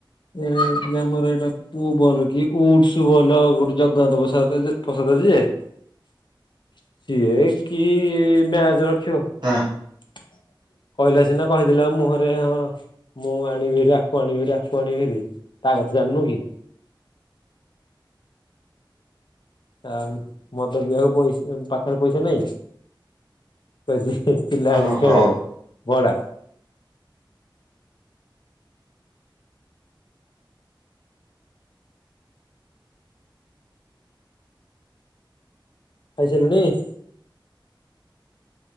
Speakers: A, on the left (about 65°); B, on the right (about 60°).
A: ଏ ଆମର ଏଇଟା ପୁଅ ଭଲ କି ଉଡସ ଭଲ ଗୋଟେ ଜଗନ୍ନାଥ ପ୍ରସାଦ ପ୍ରସାଦ ଯିଏ। <inaudible> ସିଏ କି ମ୍ୟାଚ <inaudible>
B: ହଁ
A: କହିଲା ସିନା କହିଦେଲା ମୁହଁରେ ହଁ ମୁଁ ଆଣିବି କିରି ଆକୁ ଆଣିବି କିରି ଆକୁ ଆଣିବି କିରି ତା କଥା ଜାଣିନୁ କି? <inaudible> ଆ ମଦ ପିଇବାକୁ ପଇସା ପାଖରେ ପଇସା ନାହିଁ। <inaudible> ପିଲା ଆଣି
B: ହଁ ହଉ।
A: ଖେଳେଇବ। ଭଡ଼ା <inaudible> ଖାଇସାଇଲୁଣି? <inaudible>